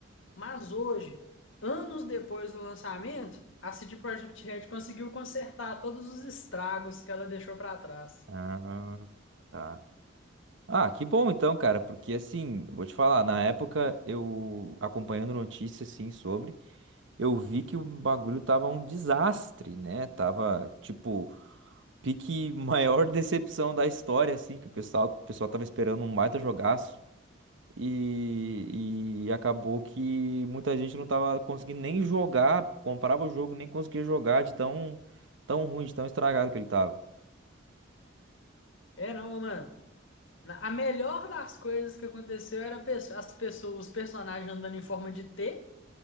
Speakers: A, on the left; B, on the right.
A: Mas hoje, anos depois do lançamento, a CD Projekt Red conseguiu consertar todos os estragos que ela deixou pra trás.
B: Ah, tá. Ah, que bom então, cara, porque assim, vou te falar, na época eu acompanhando notícias assim sobre, eu vi que o bagulho tava um desastre, né? Tava tipo pique maior <laughs> decepção da história assim, que o pessoal, o pessoal tava esperando um baita jogaço. E, e acabou que muita gente não tava conseguindo nem jogar, comprava o jogo, nem conseguia jogar de tão, tão ruim, de tão estragado que ele tava.
A: É não, mano. Na- A melhor das coisas que aconteceu era a pesso- as pessoas, os personagens andando em forma de T.